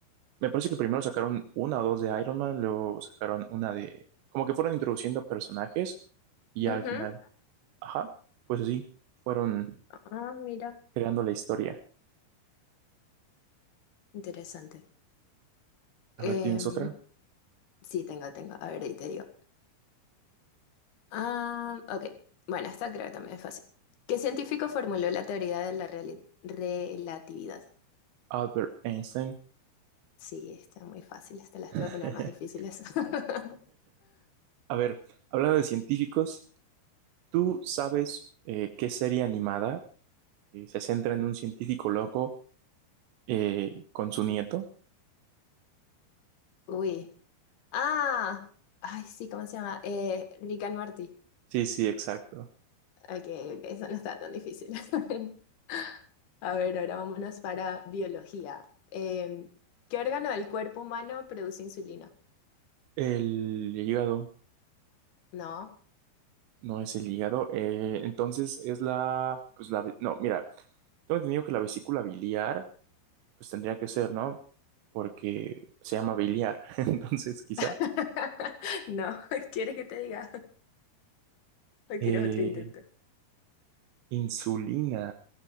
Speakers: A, on the right (about 85°); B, on the left (about 70°).
A: Me parece que primero sacaron una o dos de Iron Man, luego sacaron una de... Como que fueron introduciendo personajes y
B: Ujú.
A: al final, ajá, pues así, fueron
B: Ah, mira.
A: creando la historia.
B: Interesante.
A: A ver,
B: Em,
A: ¿tienes otra?
B: sí, tengo, tengo. A ver, ahí te digo. Ah, ok. Bueno, esta creo que también es fácil. ¿Qué científico formuló la teoría de la reali- relatividad?
A: Albert Einstein.
B: Sí, está muy fácil. Te las
A: <laughs>
B: te voy a poner más difíciles. <laughs>
A: A ver, hablando de científicos, ¿tú sabes eh, qué serie animada eh, se centra en un científico loco eh, con su nieto?
B: Uy. Ah. Ay, sí, ¿cómo se llama? Eh, Rick and Morty.
A: Sí, sí, exacto.
B: Ok, ok, eso no está tan difícil. <laughs> A ver, ahora vámonos para biología. Em, ¿qué órgano del cuerpo humano produce insulina?
A: El hígado,
B: No.
A: no es el hígado. eh, entonces es la, pues la, no, mira, Tengo entendido que la vesícula biliar, pues tendría que ser, ¿no? Porque se llama biliar. <laughs> Entonces, quizá.
B: <laughs> No, ¿quieres que te diga? ¿O
A: Eh,
B: quieres otro intento?
A: insulina.